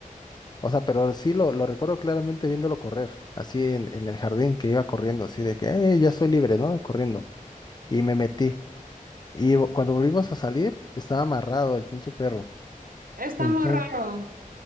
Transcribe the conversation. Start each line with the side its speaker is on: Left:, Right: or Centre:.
Left: O sea, pero sí lo, lo recuerdo claramente viéndolo correr, así en, en el jardín que iba corriendo, así de que, "Eh, ya estoy libre, ¿no? Corriendo. Y me metí. Y cuando volvimos a salir, estaba amarrado el pinche perro.
Right: Está
Left: Entonces
Right: muy raro.